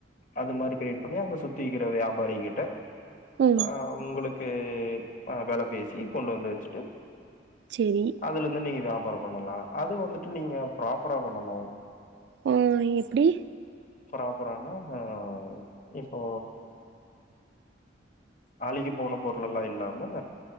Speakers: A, on the left; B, on the right.
A: அது மாரி கிரியேட் பண்ணி அங்க சுத்தி விக்கிற வியாபாரிங் கிட்ட
B: ம்
A: அ உங்குளுக் கு அ வெல பேசி கொண்டு வந்து வச்சுட்டு
B: சேரி
A: அதுலந்து நீங்க வியாப் வார பண்ணலா அது வந்துட்டு நீங்க ப்ராப்பரா பண்ணனு
B: ஓ எப்டி
A: ப்ராப்பரான்னா ஆஹ் இப்போ அழுகி போனப் பொருள் எல்லா இல்லாம